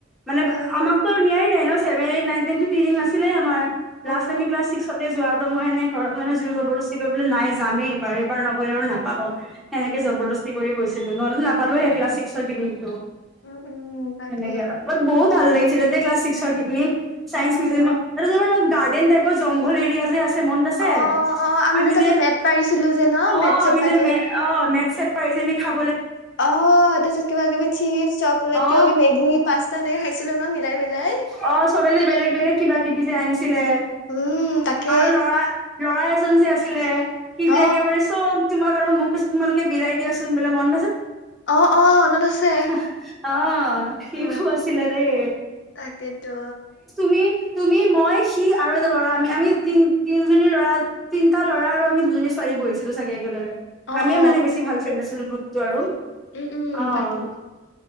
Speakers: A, in the centre; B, on the left.
A: মানে
B: উম উম
A: আমাকতো নিয়াই নাই ন' চেভেন এইঠ নাইন তেন টো নাছিলে ট্ৰিম আমাৰ
B: উম
A: লাষ্ট
B: উম
A: আমি ক্লাচ ছিক্সতে যোৱাাত মইনে ঘৰত মান জোৰ জ বেছি কৰিবলৈ নাই যামেই এইবাৰ এইবাৰ নগলে আৰু নাপাও। সেনেকে জবৰদস্তী
B: উম
A: কৰি গৈছিলো নহ'লে নাপালো হে ক্লাছ ছিক্সৰ পিকনিক।
B: উম উম উম, তাকে
A: সেনেকে ব বহুত ভাল লাগিছিলে দে ক্লাছ চিক্সৰ পিকনিক। চাইন্স
B: অ
A: মিউজিয়ামত
B: ন
A: আৰু তোমাৰ অলপ গাৰ্ডেন টাপৰ জংঘল এৰিয়া যে আছে মনত আছে
B: অ অ
A: আমি
B: তাতে
A: যে
B: মেট পাৰিছিলো যে ন মেট
A: অ'
B: চেট
A: আমি
B: পাতি
A: যে মে অ মেট -ছেট পাৰি যে খাব
B: অহ, তাৰপিছত কিবা -কিবি চিপচ - চকলেট
A: অ
B: কিবা -কিবি মেগী-পাস্তা এনেকে খাইছিলো ন, ' মিলাই -।
A: অহ, চবে যে বেলেগ -বেলেগ, কিবা- কিবি যে আনিছ চিলে
B: উম তাকে
A: আৰু লৰা- ল'ৰা এজন যে আছিলে সি
B: অ
A: যে একেবাৰে চব তোমাক আৰু মোক কৈছে তোমালোকে বিলাই দিয়াচোন বোলে মন
B: অ অ মনত আছে
A: <unintelligible> অহ, হিয়ো
B: অ
A: আছিলে দেই।
B: তাকেতো।
A: তি তুমি মই সি আৰু এটা ল'ৰা আমি -আমি তি -তিনজনী ল'ৰা, তিনিটা ল'ৰা আৰু আমি দুজনী ছোৱালী বহিছিলো চাগে একেলগে।
B: অ
A: আমিয়ে
B: অ
A: মানে বেছি ভাল ফ্ৰেণ্ড আছিলো গ্ৰুপটো আৰু
B: উম উম
A: অ',
B: তাকে